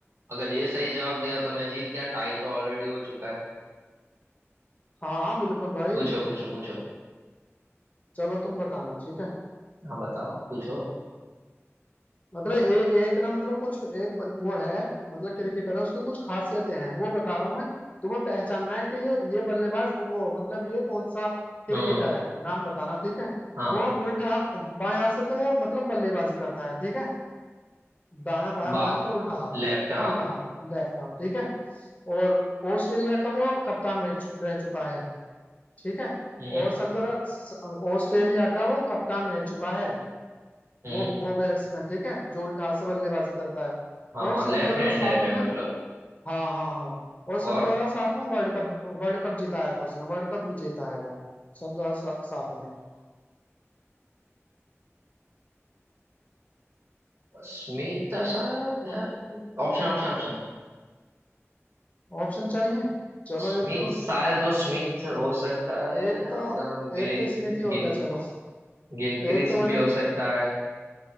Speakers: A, on the right; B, on the left.
A: अगर ये सही जवाब दिया तो मैं जीत गया टाई तो ऑलरेडी हो चुका है
B: हाँ हाँ बिल्कुल भाई
A: पूछो पूछो पूछो
B: चलो तुम बताना ठीक है
A: हाँ बताओ पूछो
B: मतलब ए, एक ना मतलब कुछ एक बन, वो है मतलब क्रिकेटर है उसकी कुछ खासियतें हैं वो बता रहा हूँ मैं तुम्हें पहचानना है कि ये ये बल्लेबाज वो मतलब ये कौन सा क्रिकेटर
A: हम्म
B: है नाम बताना ठीक है
A: हाँ
B: वो उल्टा हा- बाएं हाथ से तो वो मतलब बल्लेबाजी करता है ठीक है दायां बायां
A: बा
B: बायां मतलब उल्टा हाथ
A: लेफ्ट हाँ
B: उल्टा हाथ लेफ्ट हाथ ठीक है और ऑस्ट्रेलिया का वो कप्तान रह, चु, रह चुका है ठीक है
A: हम्म
B: और सन दो हजार- स- ऑस्ट्रेलिया का वो कप्तान रह चुका है
A: हम्म
B: वो वो बैट्समैन ठीक है जो उल्टा से बल्लेबाजी करता है
A: हाँ
B: और
A: हाँ
B: सन
A: लेफ्ट
B: 2007
A: हैंडेड है
B: में
A: मतलब
B: हाँ हाँ हाँ और सन
A: और
B: 2007 में वर्ल्ड कप वर्ल्ड कप जिताया था उसने वर्ल्ड कप विजेता है वो सन 2007 में
A: स्मिथ था शायद यार। Option option option
B: ऑप्शन चाहिए चलो
A: स्मिथ
B: एक तो
A: शायद वो स्मिथ हो सकता है
B: एक तो
A: आदम
B: एक
A: गिल
B: तो स्मिथ ही हो
A: गिल
B: गया चलो
A: गिलक्रिस्ट
B: एक तो मैंने
A: भी हो सकता है